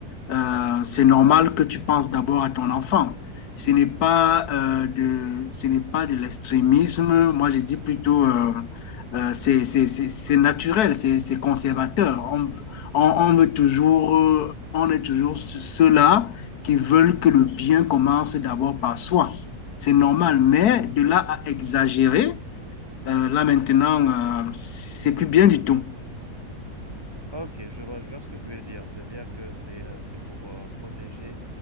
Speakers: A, on the left (about 80°); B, on the right (about 15°).
A: euh, c'est normal que tu penses d'abord à ton enfant. Ce n'est pas, euh, de, ce n'est pas de l'extrémisme. Moi, je dis plutôt, euh, euh, c'est c'est- c'est- c'est naturel, c'est c'est conservateur. On, on, on veut toujours, euh, on est toujours ceux-là qui veulent que le bien commence d'abord par soi. C'est normal, mais de là à exagérer, euh, là maintenant, euh, c'est plus bien du tout.
B: OK, je vois je vois ce que tu veux dire. C'est-à-dire que c'est, heu, c'est pour, heu, protéger,